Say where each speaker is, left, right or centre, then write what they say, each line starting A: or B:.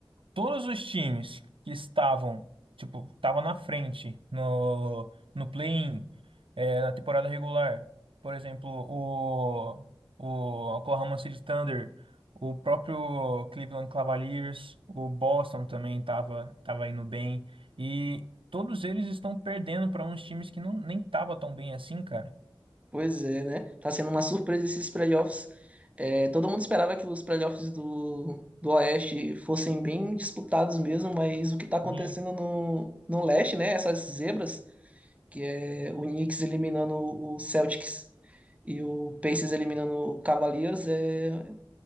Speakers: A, on the right (about 80°); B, on the right (about 15°).
A: todos os times que estavam, tipo, estavam na frente no, no play-in, é, na temporada regular, por exemplo, o, o Oklahoma City Thunder, o próprio Cleveland Cavaliers, o Boston também estava tava tava indo bem, e todos eles estão perdendo para uns times que não, nem tava tão bem assim, cara.
B: Pois é, né? Tá sendo uma surpresa esses playoffs. É, todo mundo esperava que os playoffs do, do Oeste fossem bem disputados mesmo, mas o que tá acontecendo
A: Hum.
B: no, no Leste, né? Essas zebras, que é o Knicks eliminando o Celtics e o Pacers eliminando o Cavaliers, é